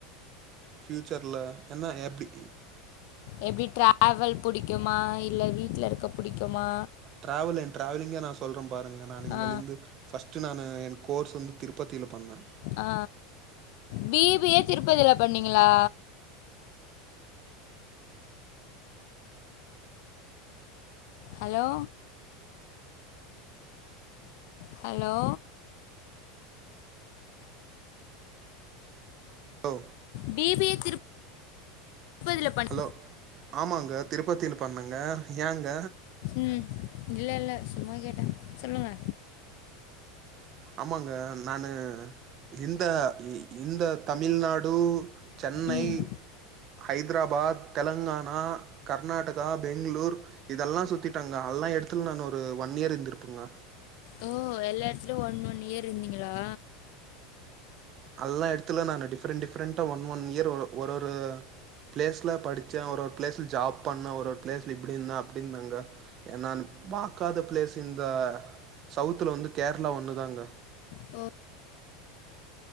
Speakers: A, on the right; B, on the left.
A: ஃப்யூச்சர்ல என்னா எப்டி
B: எப்டி டிராவல் புடிக்குமா இல்ல வீட்ல இருக்க புடிக்குமா
A: டிராவல் என் டிராவலிங்க நா சொல்றே பாருங்க நா இங்கல
B: ஆ
A: இருந்து ஃபர்ஸ்ட்டு நானு என் கோர்ஸ் வந்து திருப்பத்தில பண்ணே
B: அ பி பி ஏ திருப்பதில பண்ணீங்களா hello hello
A: hello
B: B B A திருப் பதி ல பண்
A: ஹலோ ஆமாங்க திருப்பத்தில பண்ணேங்க ஏங்க
B: ம் இல்ல இல்ல சும்மா கேட்டே சொல்லுங்க
A: ஆமாங்க நானு இந்த இந்த தமிழ்நாடு சென்னை
B: ம்
A: ஹைதராபாத் தெலுங்கானா கர்நாடகா பெங்களூர் இதெல்லா சுத்திட்டங்க எல்லா எடத்துலயு நா ஒரு ஒன் இயர் இருந்திருப்பேங்க
B: ஓ எல்லா எடத்துலயு ஒன் ஒன் இயர் இருந்தீங்களா
A: அல்லா எடத்துலயு நானு டிஃப்ரெண்ட் டிஃப்ரெண்ட்டா ஒன் ஒன் இயர் ஒரு ஒரு ப்ளேஸ்ல படிச்சே ஒரு ஒரு ப்ளேஸ்ல ஜாப் பண்ண ஒரு ஒரு ப்ளேஸ்ல இப்டி இருந்த அப்டி இருந்தங்க த நா பாத்காத ப்ளேஸ்சு இந்த சவுத்ல வந்து கேர்ளா ஒன்னுதாங்க
B: ஓ